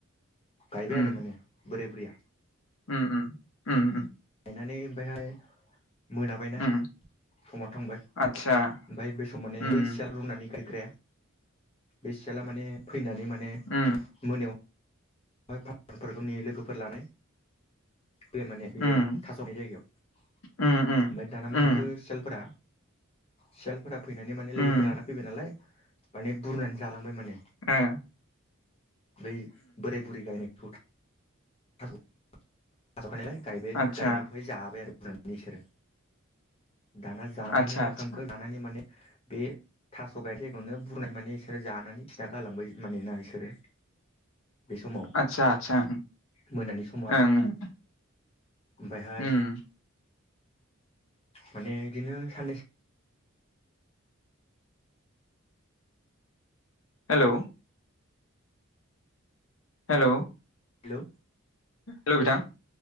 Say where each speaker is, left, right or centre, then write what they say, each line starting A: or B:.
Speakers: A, on the left (about 30°); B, on the left (about 70°).
A: गायबाय
B: उम
A: आरो माने बोराय बुरैया
B: उम उम उम उम
A: गायनानै ओमफ्रायहाय मोनाबायना
B: उम
A: समा थांबाय ओमफ्राय
B: आतसा
A: बे सम माने
B: उम
A: बै सियाला रुनानै ग्राया बै सियाला माने फैनानै माने मोनायाव
B: उम
A: <unintelligible> लोगोफोर लानाय बे माने बियो
B: उम
A: थास'नि जायगायाव
B: उम
A: ओमफ्राय दाना मा
B: उम
A: खालामखो सियालफोरा सियालफोरा फैनानै माने लोगोफोरा
B: उम
A: लाना फैबाय नालाय माने बुरनानै जालांबाय माने
B: ए
A: बै बोराय बुरै गायनायखौ थास'खायनायलाय गायबाय
B: आतसा
A: गायनायखौहाय जाबाय आरो बुरनानै बिसोरो दाना जानानै
B: आतसा
A: मा
B: आतसा
A: खालामखो लानानै माने बे थास' गायनाय जायगायावनो बुरनाय माने बिसोरो जानानै खिना गालांबाय मानोना बिसोरो बे समाव
B: आतसा आतसा
A: मोनानि समाव आरो
B: ओं ओं
A: ओमफ्रायहाय
B: उम
A: माने बिदिनो साननैसो
B: हेलौ हेल'
A: हेलौ
B: हेल' बिथां